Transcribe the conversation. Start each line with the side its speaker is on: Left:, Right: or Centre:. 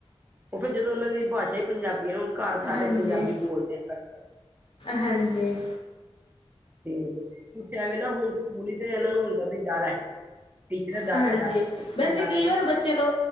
Right: ਉਹ ਫਿਰ ਜਦੋਂ ਉਹਨਾਂ ਦੀ ਭਾਸ਼ਾ ਹੀ ਪੰਜਾਬੀ ਨਾ। ਘਰ ਸਾਰੇ
Left: ਹਾਂਜੀ
Right: ਪੰਜਾਬੀ ਬੋਲਦੇ ਆ।
Left: ਹਾਂਜੀ
Right: ਤੇ ਪੁਛਿਆਵੇ ਨਾ ਹੁਣ ਸਕੂਲੀ ਤੇ ਇਹਨਾਂ ਨੂੰ ਹੁੰਦਾ ਵੀ ਡਰ ਹੈ। ਟੀਚਰ ਦਾ
Left: ਹਾਂਜੀ
Right: ਡ-
Left: ਵੈਸੇ
Right: ਡਰ ਗੱਲ
Left: ਕਈ ਵਾਰ ਬੱਚੇ ਨੂੰ